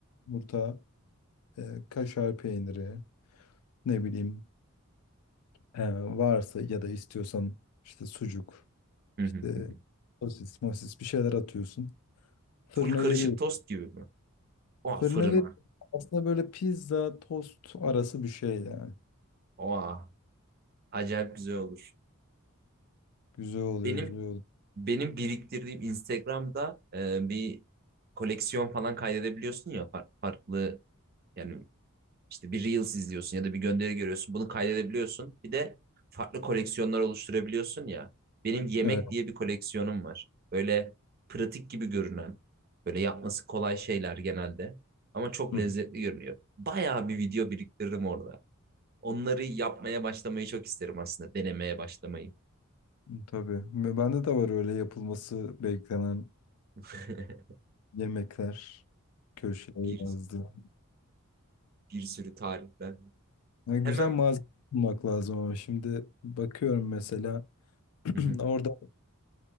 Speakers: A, on the left (about 80°); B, on the right (about 45°).
A: yumurta, e, kaşar peyniri, ne bileyim e, varsa ya da istiyorsan işte sucuk,
B: Hı
A: işte
B: hı hı hı.
A: sosis, mosis bir şeyler atıyorsun. Fırına
B: Full karışık
A: veriyorsun.
B: tost gibi mi? Oha
A: Fırına
B: fırına.
A: ver aslında böyle pizza, tost arası bir şey yani.
B: Oha acayip güzel olur.
A: Güzel oluyor,
B: Benim
A: güzel oluyor.
B: benim biriktirdiğim Instagram'da e, bir koleksiyon falan kaydedebiliyorsun ya far- farklı yani İşte bir Reels izliyorsun ya da bir gönderi görüyorsun. Bunu kaydedebiliyorsun. Bir de farklı koleksiyonlar oluşturabiliyorsun ya. Benim yemek
A: Evet.
B: diye bir koleksiyonum var. Böyle pratik gibi görünen, böyle yapması kolay şeyler genelde. Ama çok
A: Hı hı.
B: lezzetli görünüyor. Bayağı bir video biriktiririm orada. Onları yapmaya başlamayı çok isterim aslında. Denemeye başlamayı.
A: Tabii. Ve Bende de var öyle yapılması beklenen
B: <laughs>
A: yemekler köşeye
B: Bir,
A: yazdı.
B: bir sürü tariften.
A: Yani
B: Hemen
A: güzel malzeme bulmak lazım ama şimdi bakıyorum mesela <clears throat>
B: Hı hı.
A: orada